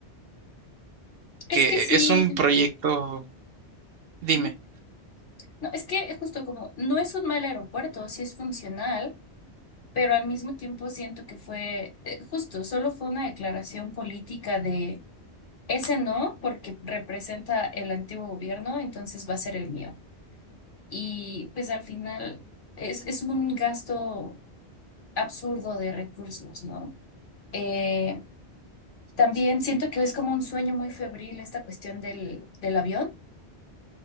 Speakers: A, on the left (about 50°); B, on the right (about 65°).
A: Es
B: que
A: que sí,
B: es un proyecto, dime.
A: ujú. no, es que justo como no es un mal aeropuerto, sí es funcional, pero al mismo tiempo siento que fue eh, justo, solo fue una declaración política de ese no porque representa el antiguo gobierno, entonces va a ser el mío. y pues al final es, es un gasto absurdo de recursos, ¿no? Eh, también siento que es como un sueño muy febril esta cuestión del, del avión,